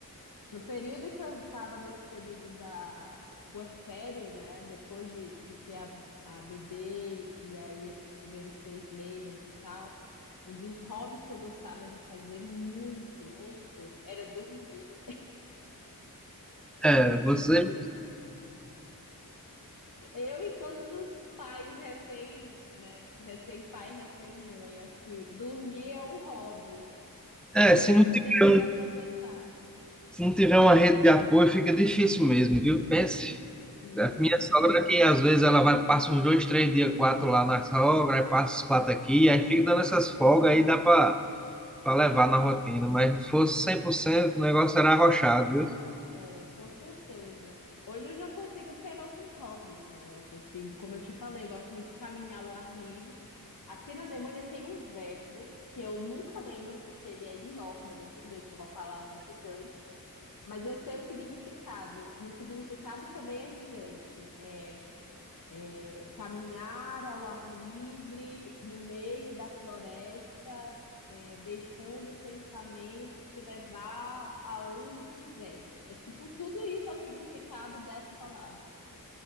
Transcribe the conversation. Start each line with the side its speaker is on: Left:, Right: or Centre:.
Left: No período que eu estava nesse período da puerpério, né? Depois de, de ter a, a bebê e aí esses primeiros seis meses e tal, um dos hobbies que eu gostava de fazer muito, muito, era dormir.
Centre: É, você.
Left: Eu e todos os pais recém, né? Recém-pai, recém-mãe. Acho que dormir é um hobby que
Centre: É,
Left: todo
Centre: <laughs> se não
Left: mundo
Centre: tiver,
Left: deveria aproveitar.
Centre: um- se não tiver uma rede de apoio, fica difícil mesmo, viu? Pense.
Left: Fica.
Centre: A minha sogra que às vezes ela vai, passa uns dois, três dias, quatro lá na sogra, aí passa os quatro aqui, aí fica dando essas folgas, aí dá para para levar na rotina, mas se fosse 100% o negócio era arrochado, viu?
Left: É, com certeza. Hoje eu já consigo ter outros hobbies, né? Eu consigo, como eu te falei, eu gosto muito de caminhar ao ar livre. Aqui na Alemanha tem um verbo que eu nunca lembro porque ele é enorme, ele é gigante, é uma palavra gigante, mas eu sei o significado, e o significado também é gigante. É, é, caminhar ao ar livre, no meio da floresta, é, deixando o pensamento te levar aonde quiser. É tipo tudo isso é o significado dessa palavra.